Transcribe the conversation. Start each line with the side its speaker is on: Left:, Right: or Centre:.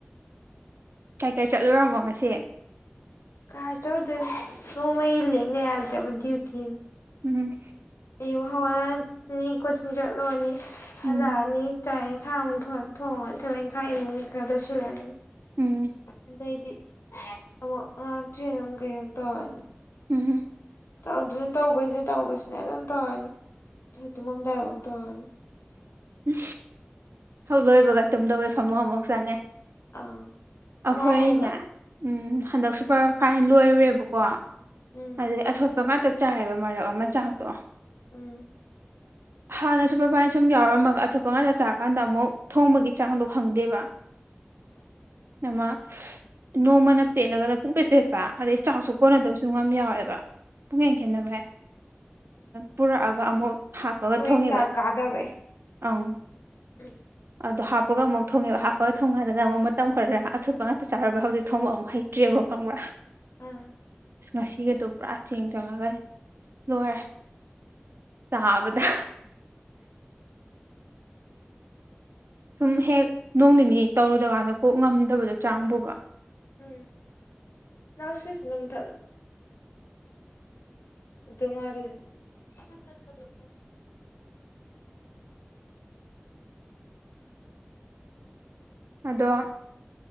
Right: ꯀꯩ ꯀꯥꯏ ꯆꯠꯂꯔꯕꯃꯣ ꯉꯁꯤ
Left: ꯀꯥꯥꯁꯧꯗ ꯁꯃꯩ ꯂ ꯂꯩ ꯌꯥꯜꯗꯦꯕ ꯗ꯭ꯌꯨꯇꯤ
Right: ꯎꯝ
Left: ꯑꯌꯨꯛ ꯍꯧꯒꯠꯂꯅꯤ ꯀꯣꯆꯤꯡ ꯆꯠꯂꯨꯔꯅꯤ ꯍꯜꯂꯛꯑꯅꯤ
Right: ꯎꯝ
Left: ꯆꯥꯛ ꯌꯦꯟꯁꯥꯡ ꯑꯃꯨꯛ ꯊ ꯊꯣꯡꯉ ꯊꯕꯛ ꯏꯪꯈꯥꯡ ꯏꯃꯨꯡꯒꯤ ꯈꯔ ꯂꯣꯏꯁꯤꯜꯂꯅꯤ
Right: ꯎꯝ
Left: ꯑꯗꯩꯗꯤ ꯑꯃꯨꯛ ꯑꯉꯥꯡ ꯇ꯭ꯔꯦꯟ ꯑꯃ ꯀꯩ ꯑꯃ ꯇꯧꯔꯅꯤ
Right: ꯎꯝ
Left: ꯇꯧꯗꯨꯅ ꯇꯧꯕꯁꯤꯅ ꯇꯧꯕꯁꯤꯅ ꯑꯗꯨꯝ ꯇꯧꯔꯅꯤ ꯇꯨꯝꯃꯝꯗꯥꯏꯕꯥꯎꯅ ꯇꯧꯔꯅꯤ
Right: ꯎ ꯍꯧ ꯂꯣꯏꯕꯒ ꯇꯨꯝꯗꯧꯕꯩ ꯐꯝꯃꯨꯡ ꯑꯃꯨꯛ ꯆꯪꯉꯦ
Left: ꯑꯥ
Right: ꯑꯩꯈꯣꯏꯅꯦ
Left: ꯋꯥꯏꯑꯦꯕ
Right: ꯎꯝ ꯍꯟꯗꯛ
Left: ꯎꯝ
Right: ꯁꯨꯄꯔ ꯐꯥꯏꯟ ꯂꯣꯏꯔꯨꯔꯦꯕꯀꯣ
Left: ꯎꯝ
Right: ꯑꯗꯩ ꯑꯊꯣꯠꯄ ꯉꯥꯛꯇ ꯆꯥꯏꯌꯦꯕ ꯃꯔꯛ ꯑꯃ ꯆꯥꯛꯇꯣ
Left: ꯎꯝ
Right: ꯍꯥꯟꯅ ꯁꯨꯄꯔꯚꯥꯏꯟ ꯁꯨꯝ ꯌꯥꯎꯔꯝꯃꯒ ꯑꯊꯣꯞꯄ ꯉꯥꯛꯇ ꯆꯥꯀꯥꯟꯗ ꯑꯃꯨꯛ ꯊꯣꯡꯕꯒꯤ ꯆꯥꯡꯗꯣ ꯈꯪꯗꯦꯕ ꯅꯃ ꯅꯣꯡꯃꯅ ꯄꯦꯠꯂꯒꯅ ꯄꯨꯡꯄꯦꯠ ꯄꯦꯠ ꯄ ꯑꯗꯩ ꯆꯥꯛꯁꯨ
Left: ꯎꯝ
Right: ꯀꯣꯟꯅꯗꯕꯁꯨ ꯑꯗꯨꯝ ꯌꯥꯎꯋꯦꯕ ꯄꯨꯡ ꯈꯦꯟ ꯈꯦꯟꯅꯕꯩ ꯄꯨꯔꯛꯑꯒ ꯑꯃꯨꯛ ꯍꯥꯞꯄꯒ
Left: ꯍꯣꯏ
Right: ꯊꯣꯡꯉꯦꯕ
Left: ꯆꯥꯛ ꯀꯥꯗꯕꯩ
Right: ꯑꯪ
Left: ꯎꯝ
Right: ꯑꯗꯣ ꯍꯥꯞꯄꯒ ꯑꯃꯨꯛ ꯊꯣꯡꯉꯦꯕ ꯍꯥꯞꯄꯒ ꯊꯣꯡꯀꯥꯟꯗꯅ ꯑꯃꯨꯛ ꯃꯇꯝ ꯈꯔ ꯑꯊꯣꯠꯄ ꯉꯥꯛꯇ ꯆꯥꯔꯨꯕꯩ ꯍꯧꯖꯤꯛ ꯊꯣꯡꯕ ꯑꯃꯨꯛ ꯍꯩ ꯇ꯭ꯔꯦꯕ ꯈꯪꯕ꯭ꯔꯥ
Left: ꯑꯥ
Right: ꯑꯁ ꯉꯁꯤꯒꯗꯣ ꯄꯨꯔꯥ ꯆꯦꯡ ꯆꯪꯉꯒꯅꯦ ꯂꯣꯏꯔꯦ ꯆꯥꯕꯗ
Left: ꯎꯝ
Right: ꯁꯨꯝ ꯍꯦꯛ ꯅꯣꯡ ꯅꯤꯅꯤ ꯇꯧꯔꯨꯗꯀꯥꯟꯗ ꯀꯣꯛ ꯉꯝꯗꯕꯗꯣ ꯆꯥꯡ ꯄꯨꯕ
Left: ꯎꯝ ꯅꯅꯥꯎ ꯁ꯭꯭ꯋꯤꯠꯆꯇꯨ ꯑꯝꯇ ꯃꯨꯊꯛꯂꯣ ꯑꯗꯨ ꯉꯥꯜꯂꯤ <unintelligible>
Right: ꯑꯗꯣ